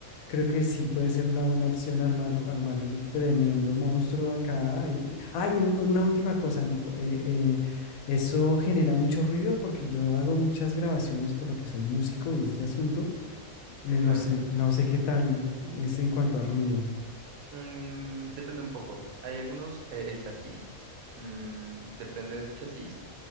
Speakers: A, on the left (about 80°); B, on the right (about 80°).
A: creo que sí puede ser una buena opción armar, armar el tremendo monstruo acá. Y... Ah, y un- una última cosa, Nico, eh, eh, eso genera mucho ruido porque yo hago muchas grabaciones por lo que soy músico y este asunto, eh,
B: Claro.
A: no sé, no sé qué tal es en cuanto a ruido.
B: Mm, depende un poco. Hay algunos, eh, el chasis, mm, depende de ese chasis,